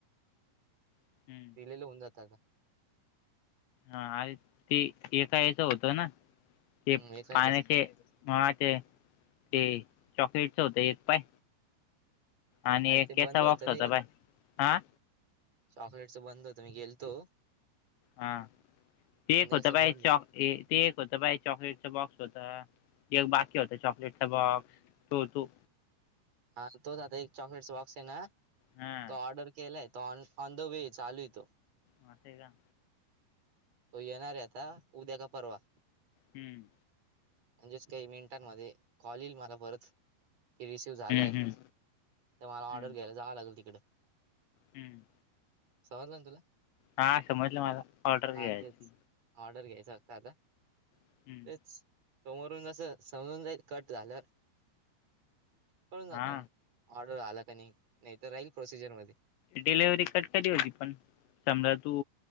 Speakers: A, on the left; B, on the right.
A: हम्म
B: दिलेले होऊन जात आता.
A: हा अरे ते एका याचं होत नाते
B: हम्म एकायचंच
A: पाण्याचे ह ते ते चॉकलेटच होत एक पाय आणि
B: अरे
A: एक
B: ते
A: केचा
B: बंद होतं
A: बॉक्स होता
B: रे
A: बाय हा
B: चॉकलेटचं बंद होतं मी गेलतो
A: हा तेक
B: पण ते
A: होता
B: कसं
A: बाई
B: बंद
A: चॉक ते एक होतं बाई चॉकलेटच बॉक्स होत एक बाकी होत चॉकलेटचा बॉक्स तो तू
B: हा तोच आता एक चॉकलेट बॉक्स आहे ना
A: हा
B: तो ऑर्डर केलाय तो ऑन ऑन द वे चालू य तो
A: म तेठी का
B: हो येणारे आता उद्या का परवा
A: हम्म
B: म्हणजेच काही मिनिटांमध्ये कॉल येईल मला परत कि रिसिव झालाय
A: हम्म
B: तर
A: हम्म
B: मला ऑर्डर
A: हम्म
B: घ्यायला जावं लागेल तिकडं
A: हम्म
B: समजल ना तुला
A: हा समजलं मला ऑर्डर
B: हा
A: घ्यायची
B: तेच ऑर्डर घ्यायच होत आता
A: हम्म
B: तेच समोरून जस समजून जाई कट झालं कळून जात
A: हा
B: म ऑर्डर आला का नाही तर राहील प्रोसिजर मध्ये
A: डिलेिव्हरी कट की होती पण समजा तू